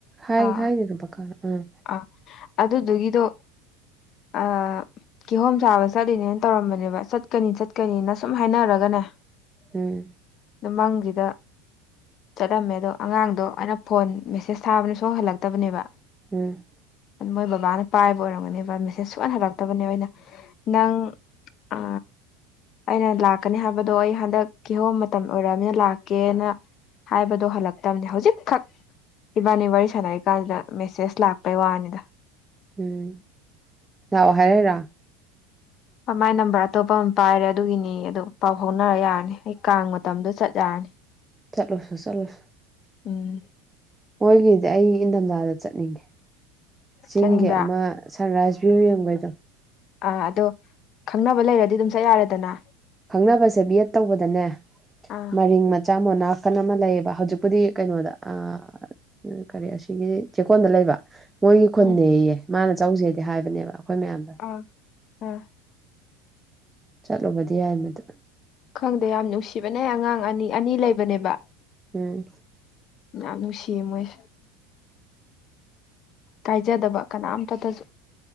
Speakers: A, on the right; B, on the left.
A: ꯍꯥꯏ
B: ꯑꯥ
A: ꯍꯥꯏꯕꯀꯥꯟ-
B: ꯑꯥ ꯑꯗꯨꯗꯨꯒꯤꯗꯣ
A: <inaudible>
B: ꯑꯥ ꯀꯤꯍꯣꯝ ꯆꯥꯕ ꯆꯠꯂꯤꯅꯦꯅ ꯇꯧꯔꯝꯕꯅꯦꯕ ꯆꯠꯀꯅꯤ ꯆꯠꯀꯅꯤꯅ ꯁꯨꯝ ꯍꯥꯏꯅꯔꯒꯅꯦ꯫
A: ꯎꯝ
B: ꯅꯨꯃꯪꯡꯖꯤꯗ ꯆꯠꯂꯝꯃꯦ ꯑꯗꯣ ꯑꯉꯥꯡꯗꯣ ꯑꯩꯅ ꯐꯣꯟ ꯃꯦꯁꯦꯁ ꯊꯥꯕꯗ ꯁꯨꯡ ꯍꯟ ꯍꯜꯂꯛꯇꯕꯅꯦꯕ
A: ꯎꯝ
B: ꯃꯣꯏ ꯕꯕꯥꯅ ꯄꯥꯏꯕ ꯑꯣꯏꯔꯝꯒꯅꯦꯕ ꯃꯦꯁꯦꯁ ꯁꯨꯛꯍꯟ ꯍꯜꯂꯛꯇꯕꯅꯦ ꯑꯩꯅ ꯅꯪ ꯑ ꯑꯩꯅ ꯂꯥꯛꯀꯅꯤ ꯍꯥꯏꯕꯗꯣ ꯑꯩ ꯍꯟꯗꯛ ꯀꯤꯍꯣꯝ ꯃꯇꯝ ꯑꯣꯏꯔꯅꯤꯅ ꯂꯥꯛꯀꯦꯅ ꯍꯥꯏꯕꯗꯣ ꯍꯜꯂꯛꯇꯕꯅꯦ ꯍꯧꯖꯤꯛꯈꯛ ꯏꯕꯥꯅꯤ ꯋꯥꯔꯤ ꯁꯥꯟꯅꯔꯤꯀꯥꯟꯗꯨꯗ ꯃꯦꯁꯦꯁ ꯂꯥꯛꯄ ꯄꯩ ꯋꯥꯅꯤꯗ
A: ꯎꯝ ꯂꯥꯛ ꯑꯣ ꯍꯥꯏꯔꯛꯏꯔꯣ
B: ꯃꯥꯏ ꯅꯝꯕꯔ ꯑꯇꯣꯞꯄ ꯑꯃ ꯄꯥꯏꯔꯦ ꯑꯗꯨꯒꯤꯅꯤ ꯑꯗꯨ ꯄꯥꯎ ꯍꯧꯥꯎꯅꯔ ꯌꯥꯔꯅꯤ ꯑꯩ ꯀꯥꯡ ꯃꯇꯝꯗꯣ ꯆꯠ ꯌꯥꯔꯅꯤ
A: ꯆꯠꯂꯨꯆꯣ ꯆꯠꯂꯨꯆꯣ
B: ꯎꯝ
A: ꯃꯣꯏꯒꯤꯗꯤ ꯑꯩ ꯏꯟꯊꯝꯊꯥꯗ ꯆꯠꯅꯤꯡꯉꯦ ꯆꯤꯡꯒꯤ
B: ꯆꯠꯅꯤꯡꯕ꯭ꯔꯥ
A: ꯑꯃ ꯁꯟꯔꯥꯏꯁ ꯚ꯭ꯌꯨ ꯌꯦꯡꯕꯩꯗꯣ
B: ꯑꯥ ꯑꯗꯣ ꯈꯪꯅꯕ ꯂꯩꯔꯗꯤ ꯑꯗꯨꯝ ꯆꯠ ꯌꯥꯔꯦꯗꯅ
A: ꯈꯪꯅꯕꯁꯦ ꯕꯤ ꯑꯦꯠ ꯇꯧꯕꯗꯅꯦ
B: ꯑꯥ
A: ꯃꯔꯤꯡ ꯃꯆꯥ ꯃꯅꯥꯀꯟ ꯑꯃ ꯂꯩꯌꯦꯕ ꯍꯧꯖꯤꯛꯄꯨꯗꯤ ꯀꯩꯅꯣꯗ ꯑ ꯑꯗꯨ ꯀꯔꯤ ꯑꯁꯤꯒꯤ ꯆꯦꯛꯀꯣꯟꯗ ꯂꯩꯕ ꯃꯣꯏꯒꯤ ꯈꯨꯟꯅꯌꯦ
B: ꯎꯝ
A: ꯃꯥꯅ ꯆꯧꯁꯦꯗꯤ ꯍꯥꯏꯕꯅꯦꯕ ꯑꯩꯈꯣꯏ ꯃꯌꯥꯝꯗ
B: ꯑ ꯑ
A: ꯆꯠꯂꯨꯕꯗꯤ ꯌꯥꯏ ꯃꯗꯨ
B: ꯈꯪꯗꯦ ꯌꯥꯝ ꯅꯨꯡꯁꯤꯕꯅꯦ ꯑꯉꯥꯡ ꯑꯅꯤ ꯑꯅꯤ ꯂꯩꯕꯅꯦꯕ
A: ꯎꯝ
B: ꯌꯥꯝꯅꯅꯨꯡ ꯁꯤ ꯑꯃꯣꯏ ꯀꯥꯏꯖꯗꯕ ꯀꯅꯥꯝꯇꯗꯁꯨ